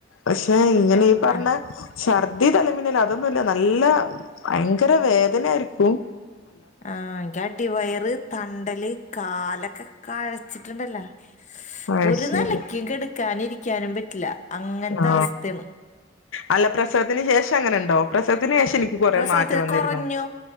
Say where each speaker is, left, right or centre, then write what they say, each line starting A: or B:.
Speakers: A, on the left (about 80°); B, on the left (about 40°).
A: പക്ഷെ ഇങ്ങനെ ഈ പറഞ്ഞ
B: ആ
A: ഛർദി തലമനേൽ അതൊന്നുമല്ല നല്ല ഭയങ്കര വേദന ആായിരിക്കും
B: ആഹനി അടിവയറ് തണ്ടല് കാലൊക്കെ കഴച്ചിട്ടുണ്ടല്ലോ
A: അത്
B: ഒരു
A: ശരി
B: നിലക്കും കടക്ക ക്കാനിരിക്കാനും പറ്റില്ല അങ്ങനത്തെ
A: ആ
B: അവസ്ഥയാണ്
A: അല്ല പ്രസവത്തിന് ശേഷം അങ്ങനെ ഉണ്ടോ പ്രസത്തിന് എനിക്ക് കൊറെ
B: പ്രസവത്തിൽ
A: മാറ്റം വന്നിരുന്നു
B: കുറഞ്ഞു